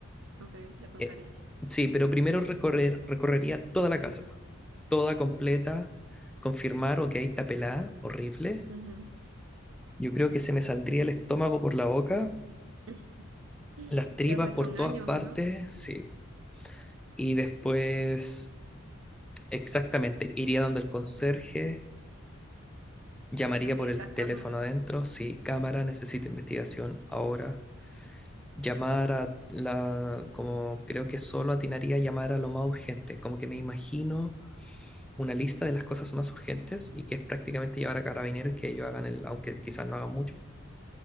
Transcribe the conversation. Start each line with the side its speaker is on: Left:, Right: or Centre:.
Right: Ok, le contarías.
Centre: Eh, sí, pero primero recorrer, recorrería toda la casa, toda completa, confirmar, ok, está pelada, horrible.
Right: Ujú.
Centre: Yo creo que se me saldría el estómago por la boca,
Right: <laughs>
Centre: las tripas
Right: Claro, pues
Centre: por
Right: son
Centre: todas
Right: años,
Centre: partes,
Right: ¿o no?
Centre: sí. Y después, exactamente, iría donde el conserje Llamaría
Right: A pedir
Centre: por el
Right: las
Centre: teléfono
Right: cámaras.
Centre: adentro. Sí, cámara, necesito investigación ahora. Llamar a la, como creo que solo atinaría a llamar a lo más urgente. Como que me imagino una lista de las cosas más urgentes y que es prácticamente llevar a carabineros y que ellos hagan el, aunque quizás no hagan mucho.